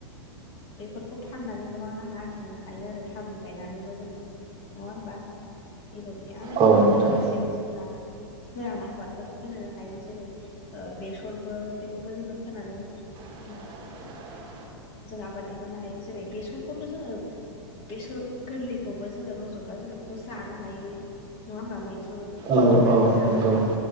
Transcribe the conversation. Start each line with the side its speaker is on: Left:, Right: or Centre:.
Left: बेफोरखौ फाननानै गोबां रां आरजिनो हायो आरो थारुन गायनानैबो जोङो नङा होमबा बेबायदि आरो
Right: औ
Left: बिदिनो
Right: नोंथां
Left: माखासे जोंहा फोराना आबादफोर फोनो हायो जेरै बेसरफोर बेखौबो जोङो फोनानै ओ
Right: <unintelligible>
Left: जों आबाद दिहनो हायो जेरै बेसरखौथ' जोङो बेसर गोरलैखौबो जोङो रज'ब्ला जोङो बेखौ जानो हायो नङा होमबा मैद्रु
Right: औ
Left: बेउनानानै
Right: औ
Left: जानो
Right: नंगौ